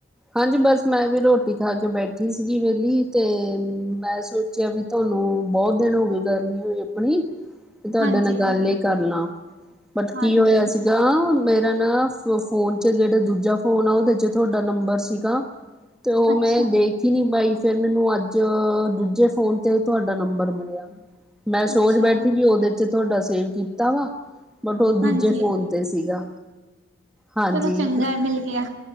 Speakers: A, in the centre; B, on the right.
A: ਹਾਂਜੀ, ਬਸ ਮੈ ਵੀ ਰੋਟੀ ਖਾ ਕੇ ਬੈਠੀ ਸੀਗੀ ਵੇਹਲੀ ਤੇ ਮੈ ਸੋ ਸੋਚਿਆ ਵੀ ਤੁਹਾਨੂੰ ਬਹੁਤ ਦਿਨ ਹੋ ਗਏ <unintelligible> ਆਪਣੀ ਤੇ ਤੁਹਾਡੇ
B: ਹਾਂਜੀ,
A: ਨਾਲ ਗੱਲ ਈ ਕਰ ਲਾ। ਬਟ
B: ਹਾਂਜੀ,
A: ਕੀ ਹੋਇਆ ਸੀ। ਮੇਰਾ ਨਾ ਫ ਫੋਨ ਚ ਜਿਹੜੇ ਦੂਜ ਫੋਨ ਆ ਉਹਦੇ ਚ ਤੁਹਾਡਾ ਨੰਬਰ ਸੀਗਾ ਤੇ ਉਹ
B: ਅੱਛਾ,
A: ਮੈਂ ਦੇਖ ਕੀ ਨੀ ਬਾਈ ਫੇਰ ਮੈਨੂੰ ਅੱਜ ਦੂਜੇ ਫੋਨ ਤੇ ਤੁਹਾਡਾ ਨੰਬਰ ਮਿਲਿਆ। ਮੈਂ ਸੋਚ
B: ਅੱਛਾ,
A: ਬੈਠੀ ਵੀ ਉਹਦੇ ਚ ਤੁਹਾਡਾ ਸੇਵ ਕੀਤਾ ਵਾ, ਬਟ ਉਹ ਦੂਜੇ
B: ਹਾਂਜੀ।
A: ਫੋਨ ਤੇ ਸੀਗਾ ਹਾਂਜੀ।
B: ਚਲੋ ਚੰਗਾ ਹੈ ਮਿਲ ਗਿਆ।